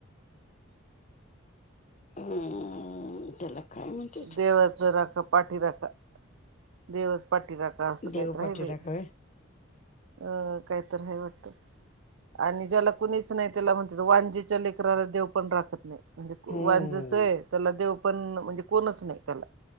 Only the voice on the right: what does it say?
देवाचा राखा पाठी राखा देवा पाटीराखा अस काहीतर
हाय बई,
अं काहीतर हाय वाटतं. आणि ज्याला कुणीच नाही त्याला म्हणतात, वांजेच्या लेकराला देव पण राखत नाही. म्हणजे
वांजाचय त्याला देव पण म्हणजे कोणच नाही त्याला.